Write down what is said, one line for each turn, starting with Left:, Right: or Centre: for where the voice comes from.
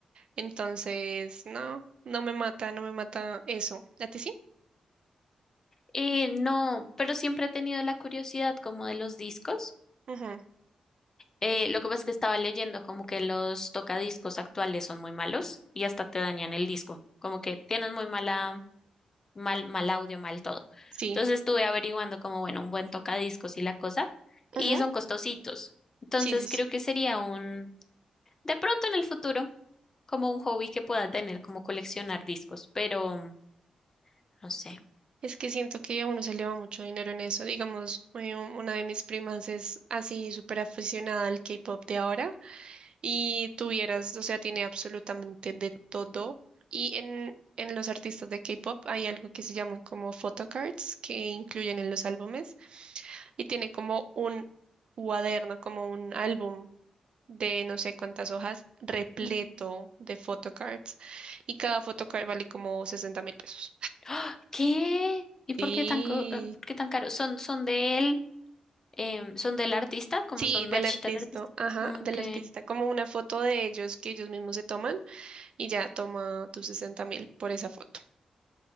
Right: Entonces, no, no me mata, no me mata eso. ¿A ti sí?
Left: Eh, no, pero siempre he tenido la curiosidad como de los discos.
Right: Ujú,
Left: Eh, lo que pasa es que estaba leyendo como que los tocadiscos actuales son muy malos y hasta te dañan el disco, como que tienen muy mala mal, mal audio, mal todo.
Right: Sí,
Left: Entonces estuve averiguando como, bueno, un buen tocadiscos y la cosa, y
Right: ujú,
Left: son costositos. Entonces
Right: Sí, sí, sí.
Left: creo que sería un, de pronto en el futuro, como un hobby que pueda tener, como coleccionar discos, pero mm, no sé.
Right: Es que siento que a uno se le va mucho dinero en eso. Digamos, eh, una de mis primas es así súper aficionada al K-pop de ahora. y tuvieras, o sea, tiene absolutamente de todo. Y en, en los artistas de K-pop hay algo que se llaman como photocards que incluyen en los álbumes y tiene como un cuaderno, como un álbum de no sé cuántas hojas repleto
Left: Mm.
Right: de photocards y cada photocard vale como sesenta mil pesos.
Left: ¡Ah! ¿Qué? ¿Y por
Right: Sí.
Left: qué tan, co- eh, por qué tan caro? ¿Son, son de él? Em, ¿son del artista? ¿Cómo
Right: Sí,
Left: son
Right: del
Left: merch
Right: artista,
Left: del artista?
Right: ajá,
Left: Ok.
Right: del artista, como una foto de ellos que ellos mismos se toman y ya toma tus sesenta mil por esa foto.